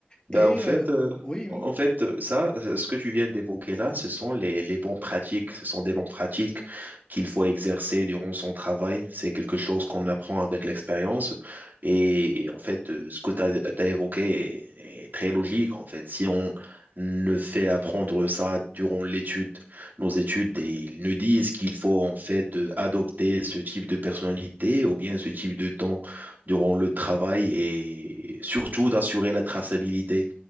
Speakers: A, on the right; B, on the left.
A: Ben,
B: Et
A: en fait,
B: euh,
A: euh,
B: oui, oui,
A: en fait, euh, ça, euh, ce que tu viens d'évoquer là, ce sont les, les bonnes pratiques. Ce sont des bonnes pratiques qu'il faut exercer durant son travail. C'est quelque chose qu'on apprend avec l'expérience. Et, et en fait, euh, ce que tu as, évoqué est, est très logique. En fait, si on ne fait apprendre ça durant l'étude, nos études, et ils nous disent qu'il faut en fait euh, adopter ce type de personnalité ou bien ce type de temps durant le travail et surtout d'assurer la traçabilité.